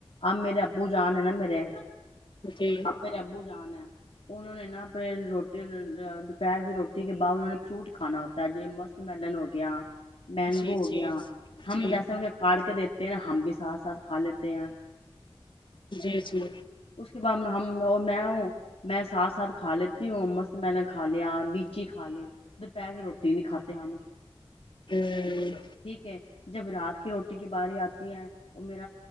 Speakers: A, on the left (about 75°); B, on the left (about 55°).
A: اب میرے ابو جان ہے نا میرے
B: جی
A: اب میرے ابو جان ہیں انہوں نے نا پ روٹی دوپہر کی روٹی کے بعد انہوں نے فروٹ کھانا ہوتا ہے یہ مسک میلن گیا مینگو
B: جی جی
A: ہو گیا ہم
B: جی
A: جیسا کار دیتے ہیں نا ہم بھی ساتھ ساتھ کھا لیتے ہیں
B: جی جی
A: اس کے بعد میں ہم میں ہوں میں ساتھ ساتھ کھا لیتی ہوں مسک میلن نےھ کھا لیا نیچی کا لی ا توھر پہ کے روٹی <unintelligible> روٹی نہیں کھاتے ہم ہم
B: ہوں
A: ٹھیک ہے جب رات کی روٹی کی باری آتی ہے وہ میر